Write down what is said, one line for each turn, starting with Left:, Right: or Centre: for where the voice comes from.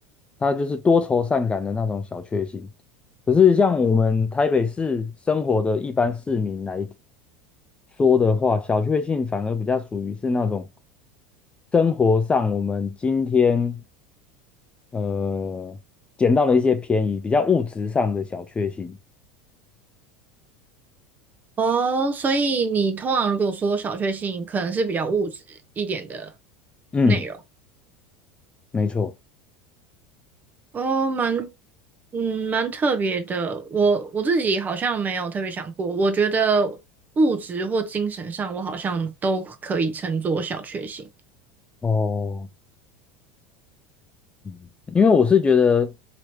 Left: 他就是多愁善感的那种小确幸。可是像我们台北市生活的一般市民来说的话，小确幸反而比较属于是那种生活上我们今天呃捡到了一些便宜，比较物质上的小确幸。
Right: 哦。所以你通常如果说小确幸，可能是比较物质一点的
Left: 嗯，
Right: 内容。
Left: 没错。
Right: 哦，蛮，嗯，蛮特别的。我我自己好像没有特别想过，我觉得物质或精神上，我好像都可以称作小确幸。
Left: 哦。嗯，因为我是觉得，